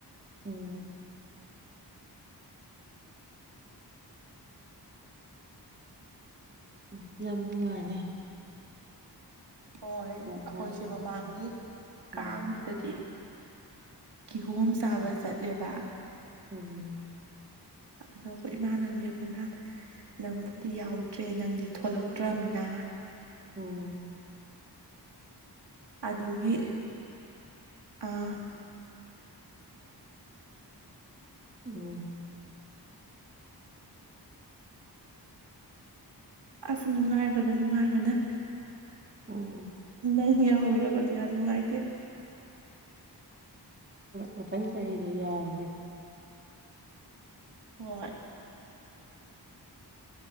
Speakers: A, on the right; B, on the right.
A: ꯎꯝ ꯎ ꯌꯥꯝꯉꯅꯦ
B: ꯍꯣꯏ ꯑꯩꯈꯣꯏꯁꯦ
A: ꯃꯌꯥꯝ
B: ꯃꯃꯥꯡꯒꯤ
A: ꯎꯝ
B: ꯀꯥꯡꯗꯨꯗꯗꯤ ꯀꯤꯍꯣꯝ ꯁꯥꯕ ꯆꯠꯂꯦꯕ
A: ꯎꯝꯝ
B: ꯑꯗꯣ ꯑꯩꯈꯣꯏ ꯏꯃꯥꯟꯅꯕꯕꯤ ꯑꯩꯈꯣꯏ ꯏꯃꯥ ꯅꯪꯕꯨꯗꯤ ꯌꯥꯎꯗ꯭ꯔꯦ ꯅꯪꯗꯤ ꯊꯂꯛꯇ꯭ꯔꯃꯤꯅ
A: ꯎꯝ
B: ꯑꯗꯨꯒꯤ ꯑꯥ
A: ꯎꯝ
B: ꯑꯁ ꯅꯨꯡꯉꯥꯏꯕꯅ ꯅꯨꯡꯉꯥꯏꯕꯅ
A: ꯎꯝ
B: ꯅꯪ ꯌꯧꯍꯧꯗꯕꯗꯤ ꯌꯥꯝ ꯅꯨꯡꯉꯥꯏꯇꯦ
A: ꯃꯊꯪ ꯆꯍꯤꯗ ꯌꯥꯒꯦ
B: ꯍꯣꯏ